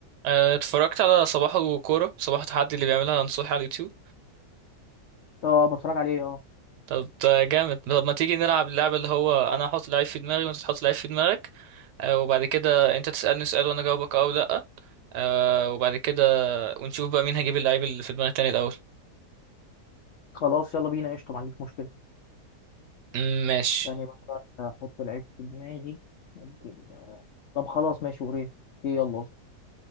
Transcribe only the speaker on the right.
آه، اتفرجت على صباحه كورة صباحه تحدي اللي بيعملها نصوحي على اليوتيوب
طب ده جامد طب ما تيجي نلعب اللعبة اللي هو انا هحط لعيب في دماغي وانت تحط لعيب في دماغك آه، وبعد كده انت تسألني سؤال وانا اجاوبك اه او لا آه، وبعد كده ونشوف بقى مين هجيب اللعيب اللي في دماغ التاني الاول
مم، ماشي